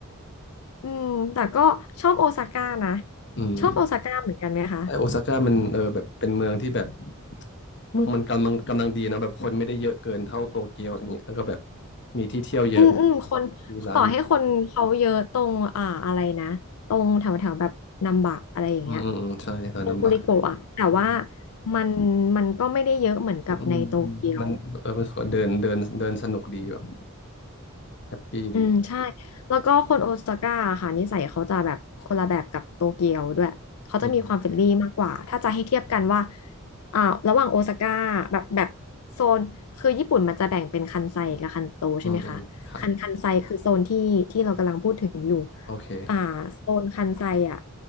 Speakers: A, on the left; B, on the left.
A: อืมแต่ก็ชอบโอซาก้านะ
B: อืม
A: ชอบโอซาก้าเหมือนกันไหมคะ
B: ไอโอซาก้ามันเออแบบเป็นเมืองที่แบบ เมืองมันกำลังกำลังดีนะแบบคนไม่ได้เยอะเกินเท่าโตเกียวอะไรเงี้ยแล้วก็แบบมีที่เที่ยวเยอะ
A: อืมอืมคน
B: มีร้าน
A: ต่อให้คนเขาเยอะตรงอ่าอะไรนะตรงแถวแถวแบบนัมบะอะไรอย่างเงี้ย
B: อืมอืมอืมใช่ร้านน้ำบะ
A: ตรงกุริโกะอะแต่ว่า
B: อืม
A: มันมันก็ไม่ได้เยอะเหมือนกับในโตเกียว
B: อืมอืมอืมมันเออมันสวยเดินเดินเดินสนุกดีแบบแฮปปี้ดี
A: อืมใช่แล้วก็คนโอซาก้าค่ะนิสัยเขาจะแบบคนละแบบกับโตเกียวด้วยเขาจะมีความเฟรนลี่มากกว่าถ้าจะให้เทียบกันว่า
B: อืมอืม
A: อ่าระหว่างโอซาก้าแบบแบบโซนคือญี่ปุ่นมันจะแบ่งเป็นคันไซกับคันโตใช่ไหมคะคันคันไซคือโซนที่ที่เรากำลังพูดถึงอยู่
B: อืมอืมครับโอเค
A: อ่าโซนคันไซอ่ะ